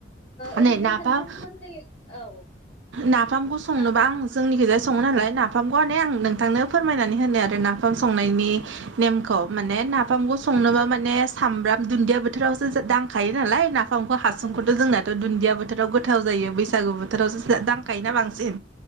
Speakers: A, on the left; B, on the right.
A: ओरैनो
B: नै नाफाम
A: नोंथांमोननै औ
B: नाफामखौ संनोबां
A: ना
B: आं जोंनि सो सङो नालाय नाफामखौ नोंथांनो फोरमनानै होनो आरो नाफाम संनायनि नेमखौ माने नाफामखौ संनोबा माने सामब्राम दुन्दिया बोथोरावसो दांखायो नालाय नाफाम बिफांखौ हासुंखौथ'
A: औ
B: जोंनाथ' दुदिया बोथोराव गोथाव जायो बैसागु बोथोरावसो दांखायोना बांसिन